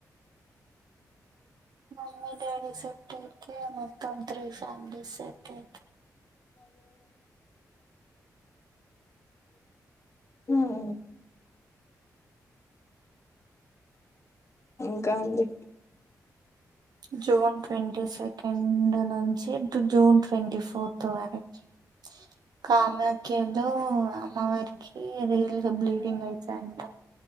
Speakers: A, on the right; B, on the left.
A: మమ్మీ డాడీ ఎత్తైతే మ కన్ త్రి ఫ్యామిలీస్సెటైతే
B: ఉమ్ ఇంక అండి
A: జూన్ ట్వంటీ సెకండ్ నుంచిటు జూన్ ట్వంటీ ఫోర్త్ తో అరకి కామకిదు అమ్మవరికి రియల్ గా బ్లీడింగ్ అయితాయింట